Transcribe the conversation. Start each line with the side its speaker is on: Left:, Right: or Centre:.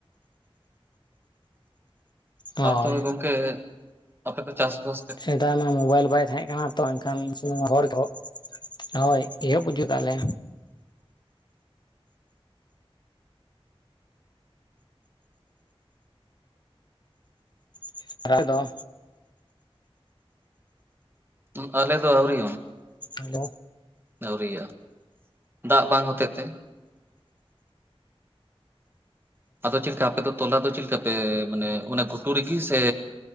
Left: ᱦᱳᱭ
Right: ᱟᱨ ᱛᱚᱵᱮ ᱜᱚᱝᱠᱮ ᱟᱯᱮ ᱯᱮ ᱪᱟᱥ ᱵᱟᱥ
Left: ᱥᱮᱫᱟᱭ ᱢᱟ ᱢᱳᱵᱟᱭᱤᱞ ᱵᱟᱭ ᱛᱟᱦᱮᱸ ᱠᱟᱱᱟ ᱛᱚ ᱮᱱᱠᱷᱟᱱ ᱦᱚᱲ ᱫᱚ ᱦᱳᱭ ᱮᱦᱚᱵ ᱵᱩᱡᱩᱜ ᱛᱟᱜ ᱞᱮ, <unintelligible> ᱫᱚ
Right: ᱚᱝᱠᱟ ᱟᱞᱮ ᱫᱚ ᱟᱣᱨᱤ,
Left: ᱟᱫᱚ
Right: ᱟᱹᱣᱨᱤᱭᱟᱜᱼᱟ ᱫᱟᱜ ᱵᱟᱝ ᱦᱚᱛᱮ ᱛᱮ, ᱟᱫᱚ ᱪᱮᱫ ᱞᱮᱠᱟ ᱟᱯᱮ ᱫᱚ, ᱛᱚᱞᱟ ᱫᱚ ᱪᱮᱫ ᱞᱮᱠᱟ ᱯᱮ ᱢᱟᱱᱮ ᱚᱱᱟ ᱜᱷᱩᱴᱩ ᱨᱮᱜᱮ ᱥᱮ